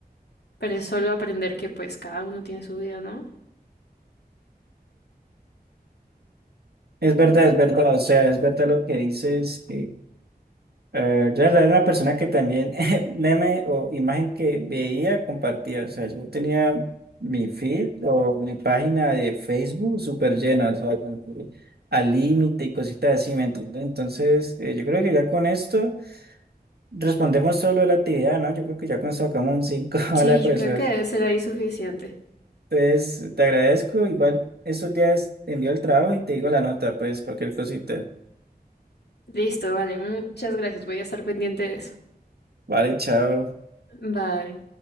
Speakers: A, on the left; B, on the right.
A: Pero es solo aprender que pues cada uno tiene su vida, ¿no?
B: es verdad, es verdad, o sea, es verdad lo que dices, Eh, yo la verdad era una persona que también <laughs> meme o imagen que veía, compartía. O sea, yo tenía mi feed o mi página de Facebook súper llena, o sea, como que al límite y cositas así, ¿me entiendes? Entonces, eh, yo creo que ya con esto respondemos solo la actividad, ¿no? Yo creo que ya con esto sacamos un 5 <laughs> a
A: Sí,
B: la de <laughs> profesor.
A: yo creo que debe ser ahí suficiente.
B: Entonces, te agradezco. Igual estos días te envío el trabajo y te digo la nota, pues cualquier cosita.
A: Listo, vale, muchas gracias, voy a estar pendiente de eso.
B: Vale, chao.
A: Bye.